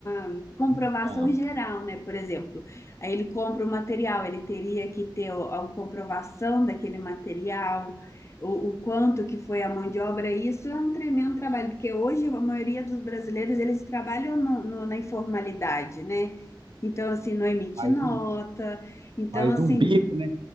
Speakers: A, on the left (about 35°); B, on the right (about 75°).
A: uma comprovação
B: Então,
A: geral, né? Por exemplo, aí ele compra o material, ele teria que ter o- a comprovação daquele material, o, o quanto que foi a mão de obra. Isso é um tremendo trabalho, porque hoje a maioria dos brasileiros, eles trabalham no- no- na informalidade, né? Então, assim, não emite
B: faz
A: nota.
B: um,
A: Então,
B: faz
A: assim,
B: um bico, né?